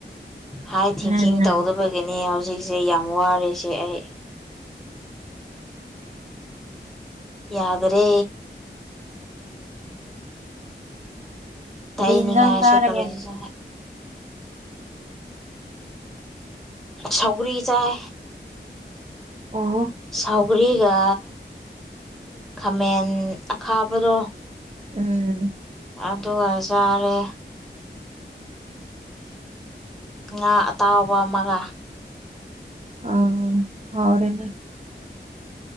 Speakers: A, in the centre; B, on the right (about 40°).
A: ꯍꯥꯏ ꯊꯤꯡꯀꯤꯡ
B: ꯎꯝ
A: ꯇꯧꯗꯕꯒꯤꯅꯦ ꯍꯧꯖꯤꯛꯁꯦ ꯌꯥꯝ ꯋꯥꯔꯤꯁꯦ ꯑꯩ꯫ ꯌꯥꯗꯔꯦ꯫
B: ꯀꯔꯤ
A: ꯇꯩꯅꯤꯉꯥꯏꯁꯨ
B: ꯌꯦꯟꯖꯥꯡ ꯆꯥꯔꯒꯦ
A: <unintelligible> ꯁꯧꯒ꯭ꯔꯤ ꯆꯥꯏ꯫
B: ꯑꯣ
A: ꯁꯧꯒ꯭ꯔꯤꯒ ꯈꯥꯃꯦꯟ ꯑꯈꯥꯕꯗꯣ
B: ꯎꯝ
A: ꯑꯗꯨꯒ ꯆꯥꯔꯦ꯫ ꯉꯥ ꯑꯇꯥꯎꯕ ꯑꯃꯒ
B: ꯑꯥ ꯍꯥꯎꯔꯦꯅ